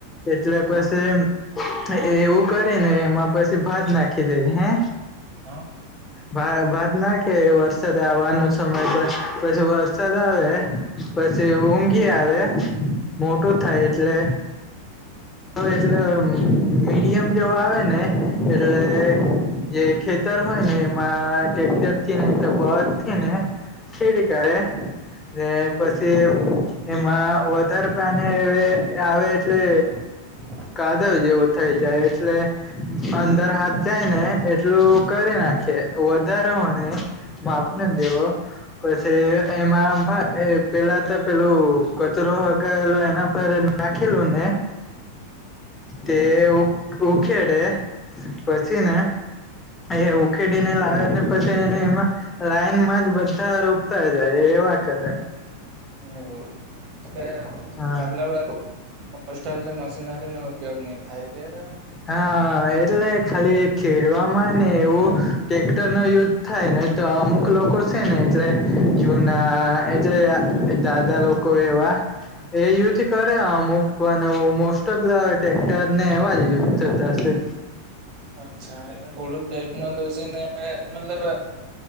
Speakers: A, on the left; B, on the right.
A: એટલે
B: હા
A: પશે એમ. એવું કરેને એમાં પછી ભાત નાખી દેય. હે!
B: હ!
A: ભા ભાત નાખે વરસાદ આવવાનો સમય તો પછી વરસાદ આવે. પછી ઊંઘી આવે મોટું થાય એટલે એટલે મીડિયમ જેવો આવે ને એટલે
B: હા
A: જે ખેત ખેતર હોય ને એમાં ટેક્ટર થી <unintelligible> <unintelligible> ખેડી કાઢે.
B: હા
A: ને પછી
B: હમ
A: એમાં વધારે પાને વે આવે એટલે
B: <inaudible>
A: કાદવ જેવો થઈ જાય એટલે અંદર હાથ જાય ને એટલું કરી
B: હમ
A: નાખીએ વધારે હોય ને માપ ને દેવો.
B: હમ
A: પછી એમાં ભાત એ પેલા તો પેલું કચરો હગાવેલો એના પરજ નાખેલો ને તે ઉખેડે પછી
B: હમ
A: ને એ
B: હમ
A: ઉખેડીને લા ને પછી એમાં લાઈનમાં જ બધા રોપતા જાય એવા કરે.
B: ને એવું એટલે
A: હા
B: મતલબ <unintelligible> એટલે મશીનરી નો ઉપયોગ નઈ થાય ક્યારે
A: હા એટલે ખાલી ખેડવામાં ને એવું ટેક્ટર નો યુઝ થાય ને તો અમુક લોકો છે ને એટલે જુના એટલે દાદા લો કો એવા એ યુજ કરે અમુક. પણ મોસ્ટ ઓફ ધ ટેક્ટર ને એવા જ યુઝ થતા હશે.
B: અચ્છા એટલે થોડુંક ટેકનોલોજી ને મતલબ